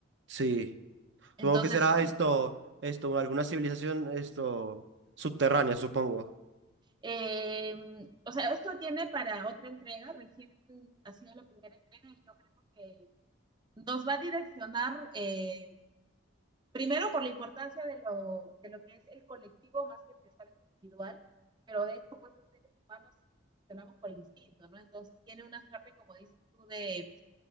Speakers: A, on the right; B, on the right.
A: Sí.
B: Entonces,
A: Supongo que será
B: sí,
A: esto, esto, alguna civilización, esto, subterránea, supongo.
B: Eh, o sea, esto tiene para otra entrega, recién ha sido la primera entrega y yo creo que nos va a direccionar eh, primero por la importancia de lo, de lo que es el colectivo más que pensar en lo individual, pero de hecho pues los seres humanos funcionamos por instinto, ¿no? Entonces tiene una suerte, como dices tú, de